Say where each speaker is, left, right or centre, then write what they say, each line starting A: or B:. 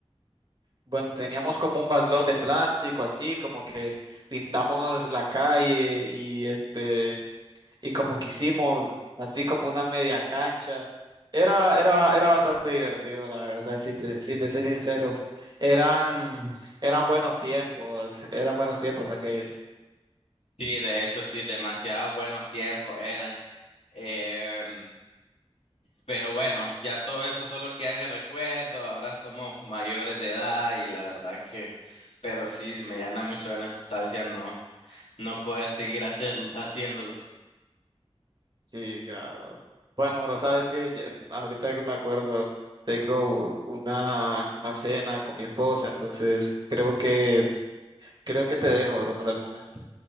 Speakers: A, on the right; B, on the left.
A: bueno, teníamos como un balón de plástico así, como que pintamos la calle y este y como que hicimos así como una media cancha. Era, era, era bastante divertido, la verdad, si te, si te soy sincero. Eran, eran buenos tiempos, eran buenos tiempos aquellos.
B: Sí, de hecho, sí, demasiados buenos tiempos eran. Em, pero bueno, ya todo eso solo queda en el recuerdo. Ahora somos mayores de edad y la verdad que, pero sí,
A: Sí, claro,
B: me llena mucho de nostalgia no, no poder seguir hacer, haciéndolo.
A: sí, claro. Bueno, bro, sabes que ahorita que me acuerdo, tengo una, una cena con mi esposa, entonces creo que, creo que te dejo, bro, por el momento.